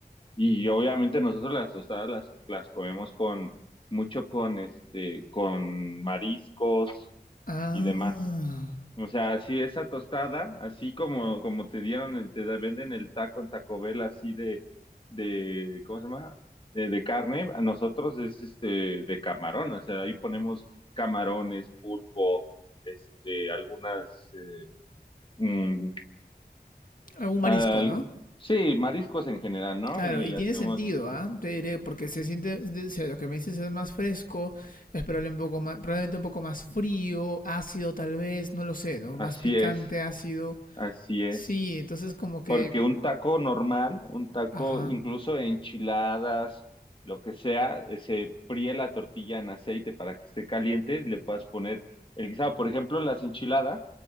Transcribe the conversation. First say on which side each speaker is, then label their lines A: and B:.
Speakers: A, on the left; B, on the left.
A: Y obviamente nosotros las tostadas las, las comemos con mucho con este, con mariscos
B: Ah,
A: y demás. O sea, si esa tostada, así como, como te dieron, el- te venden el taco en Taco Bell así de, de, ¿cómo se llama? De, de carne, a nosotros es este de camarón, o sea, ahí ponemos camarones, pulpo, este, algunas, eh, mm,
B: algún
A: al-
B: marisco, ¿no?
A: sí, mariscos en general, ¿no?
B: Claro,
A: Y
B: y tiene
A: hacemos,
B: sentido,
A: eh,
B: ¿ah? Te diré, porque se siente, de- o sea, lo que me dices es más fresco, es probable un poco más, probablemente un poco más frío, ácido tal vez, no lo sé, ¿no?
A: así
B: Más picante,
A: es.
B: ácido.
A: Así es,
B: Sí, entonces como que...
A: porque un taco normal, un taco
B: Ajá,
A: incluso de enchiladas, lo que sea, eh, se fríe la tortilla en aceite para que esté caliente, y le puedas poner el guisado. Por ejemplo, las enchiladas